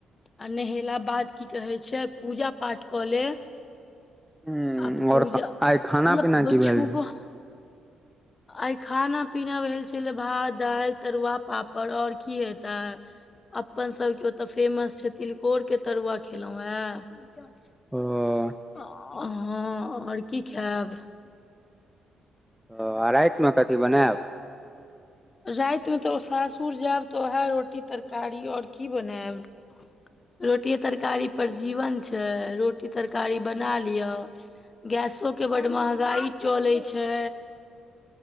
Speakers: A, on the left (about 30°); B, in the centre.
A: आ नहेला बाद की कहै छै पूजा पाठ कऽ ले
B: हूँ
A: आ पूजा
B: और
A: मतलब
B: आइ खाना पीना की भेल
A: छु
B: रहै
A: आइ खाना पीना भेल छल भात दाइल तरुआ पापड़ ओर की हेतै अपन सभके ओतऽ फेमस छै तिलकोर के तरुआ खेलो हे हँ
B: ओ
A: आ ओर की खायब
B: ओ राइत मे कथी बनायब
A: रात मे तऽ सासुर जायब तऽ उएह रोटी तरकारी ओर की बनायब रोटिए तरकारी पर जीवन छै रोटी तरकारी बना लिअ गैसो के बड्ड महगाई चले छै